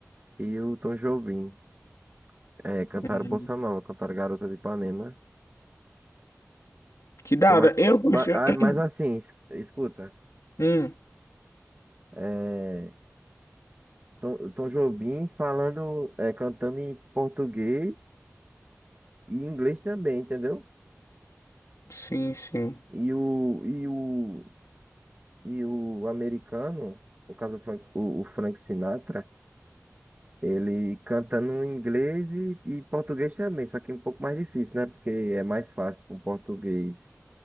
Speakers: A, on the right; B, on the left.
A: e o Tom Jobim. É, cantaram
B: Hum,
A: Bossa Nova, cantaram Garota de Ipanema.
B: Que da
A: O Que é mais,
B: hora. Eu gosto.
A: ma-
B: <clears throat>
A: ah, mas assim, es- escuta.
B: Hum,
A: é, Tom, Tom Jobim falando, é, cantando em português e inglês também, entendeu?
B: sim, sim.
A: E o, e o, e o americano, no caso o Frank, o, o Frank Sinatra, ele cantando em inglês e, e português também, só que um pouco mais difícil, né? Porque é mais fácil para o português